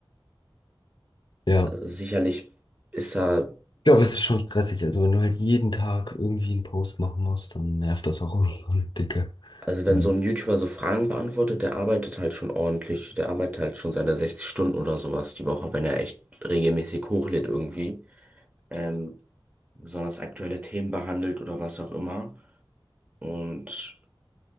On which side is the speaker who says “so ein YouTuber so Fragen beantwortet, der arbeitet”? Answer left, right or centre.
Right